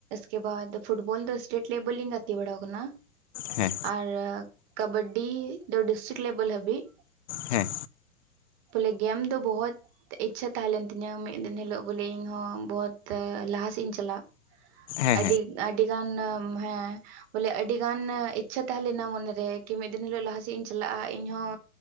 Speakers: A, on the right (about 40°); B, on the left (about 50°).
A: ᱠ ᱵᱟ ᱯᱷᱩᱴᱵᱚᱞ ᱫᱚ ᱥᱴᱮᱴ ᱞᱮᱵᱮᱞ ᱞ ᱜᱟᱛᱤ ᱵᱟᱲᱟ ᱠᱟᱱᱟ
B: ᱦᱮᱸ ᱦᱮᱸ
A: ᱟᱨ ᱠᱟᱵᱟᱰᱤ ᱫᱚ ᱰᱤᱥᱴᱤᱠ ᱞᱮᱵᱮᱞ ᱦᱟᱹᱵᱤᱡ
B: ᱦᱮᱸ
A: ᱵᱚᱞᱮ ᱜᱮᱢ ᱫᱚ ᱵᱚᱦᱩᱛ ᱤᱪᱪᱷᱟ ᱛᱟᱦᱮᱸ ᱞᱮᱱ ᱛᱤᱧᱟᱹ ᱢᱤᱫ ᱫᱤᱱ ᱦᱤᱞᱳᱜ ᱵᱚᱞᱮ ᱤᱧᱦᱚᱸ ᱵᱚᱦᱩ ᱞᱟᱦᱟ ᱥᱮᱫ ᱤᱧ ᱪᱟᱞᱟᱜ
B: ᱦᱮᱸ
A: ᱟᱹᱰᱤ ᱟᱹᱰᱤ ᱜᱟᱱ ᱦᱮᱸ ᱵᱚᱞᱮ ᱟᱹᱰᱤ ᱜᱟᱱ ᱤᱪᱪᱷᱟᱹ ᱛᱟᱦᱮᱸ ᱞᱮᱱᱟ ᱢᱚᱱᱮᱨᱮ ᱢᱤᱫ ᱫᱤᱱ ᱦᱤᱞᱳ ᱞᱟᱦᱟᱟᱥᱮᱫ ᱤᱧ ᱪᱟᱞᱟᱜᱼᱟ ᱤᱧᱦᱚᱸ